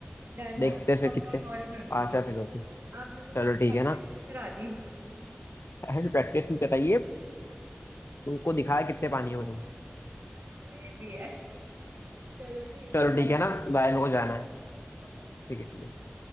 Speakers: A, on the right; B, on the left.
A: डन
B: देखते
A: है
B: हैं फिर
A: पक्का
B: कितने
A: कॉल करूंगी
B: पास है फिर होती
A: आपने तो मेरी
B: चलो ठीक
A: प्रैक्टिस
B: है ना
A: भी करा दी
B: ऐसे प्रैक्टिस नहीं कराइए तुमको दिखाया कितने पानी हो तुम
A: हाँ ये भी है <laughs> चलो ठीक
B: चलो
A: है बाय
B: ठीक है ना बाय मेरे को जाना है
A: Okay bye
B: ठीक है ठीक है